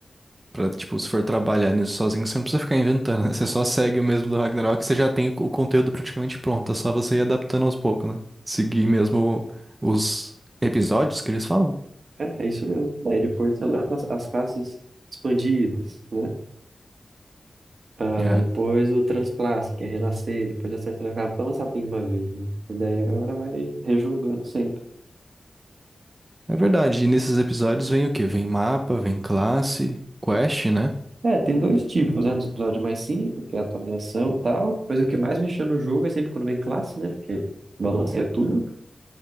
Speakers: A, on the right; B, on the right.
A: pra, tipo, se for trabalhar nisso sozinho, você não precisa ficar inventando, né? Você só segue o mesmo do Ragnarok, você já tem o conteúdo praticamente pronto, é só você ir adaptando aos poucos, né? Seguir mesmo os episódios que eles falam.
B: É, é isso mesmo. Daí depois você lança as as classes expandidas, né? Ah,
A: É.
B: depois o Transclasse, que é Renascer, depois a Serra Elétrica, pra lançar tudo de uma vez, né? E daí a galera vai rejogando sempre.
A: É verdade, e nesses episódios vem o quê? Vem mapa, vem classe, quest, né?
B: É, tem dois tipos, né? Dos episódios mais simples, que é a atualização e tal. Depois o que mais mexeu no jogo é sempre quando vem classe, né? Porque balanceia tudo.